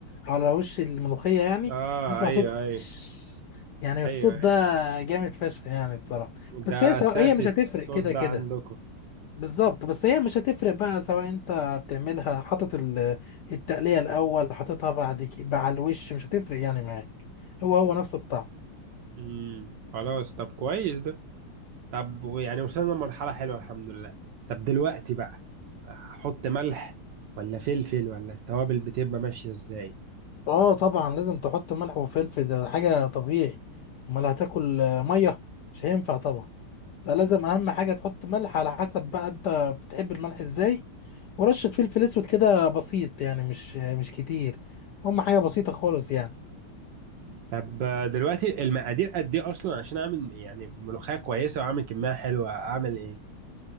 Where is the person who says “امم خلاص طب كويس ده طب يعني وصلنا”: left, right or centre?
Right